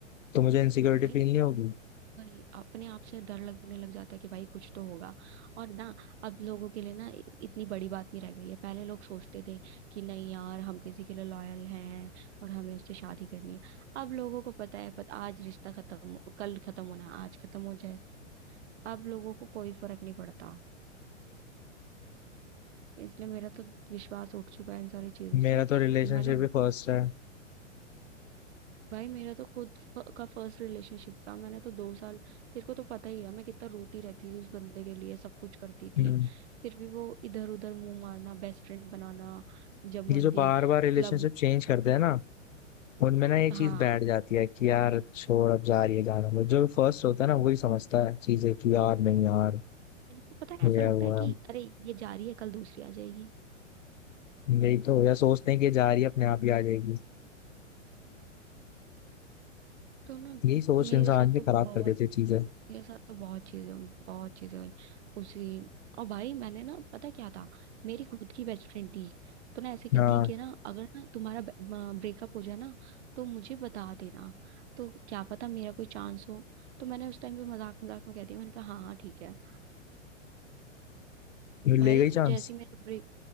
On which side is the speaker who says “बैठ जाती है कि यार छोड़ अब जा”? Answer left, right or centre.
Left